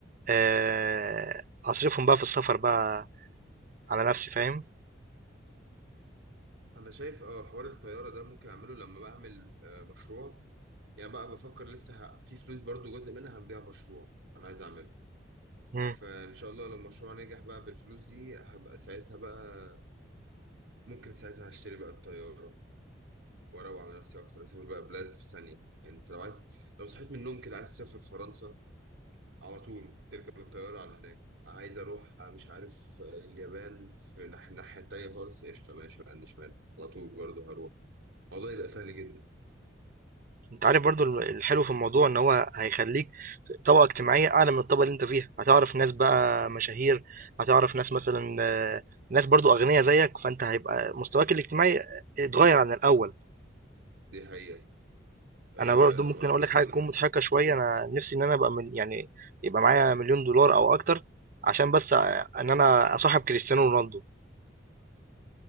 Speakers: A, on the right; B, on the right.
A: آه، أصرفهم بقى في السفر بقى على نفسي فاهم
B: انا شايف اه حوار الطيارة ده ممكن اعمله لما بعمل آه، مشروع يعني بقى بفكر لسه ه... في فلوس برضو جزء منها هنبيع مشروع انا عايز اعمله
A: مم.
B: فان شاء الله لو المشروع نجح بقى بالفلوس دي هبقى ساعتها بقى ممكن ساعتها هشتري بقى الطيارة وأروق على نفسي أكتر أسافر بقى بلاد في ثانية يعني أنت لو عايز لو صحيت من النوم كده عايز تسافر فرنسا على طول تركب الطيارة على هناك عايز أروح مش عارف اليابان في الناح- الناحية التانية خالص قشطة ماشي ما عنديش مانع على طول برضه هروح الموضوع يبقى سهل جدا
A: أنت عارف برضو الم- الحلو في الموضوع إن هو هيخليك طبقة اجتماعية أعلى من الطبقة اللي أنت فيها هتعرف ناس بقى مشاهير هتعرف ناس مثلا آه، ناس برضو أغنياء زيك فأنت هيبقى مستواك الاجتماعي اتغير عن الأول
B: دي حقيقة أه
A: انا برضو ممكن
B: وعامة
A: اقول لك حاجه تكون
B: <laughs>
A: مضحكه شويه انا نفسي ان انا ابقى مل... يعني يبقى معايا مليون دولار او اكتر عشان بس أ- ان انا اصاحب كريستيانو رونالدو